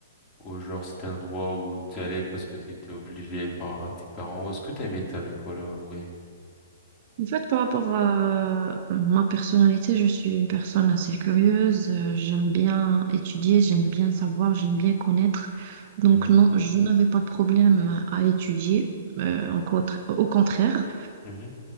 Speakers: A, on the left; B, on the right.
A: ou genre c'était un endroit où tu allais parce que tu étais obligé par tes parents? Est-ce que t'aimais ton école en vrai?
B: En fait, par rapport à euh, ma personnalité, je suis une personne assez curieuse. Euh, J'aime bien étudier, j'aime bien savoir, j'aime bien connaître. Donc,
A: Mhm,
B: non, je n'avais pas de problème à étudier. euh, au contra- au contraire.
A: mhm,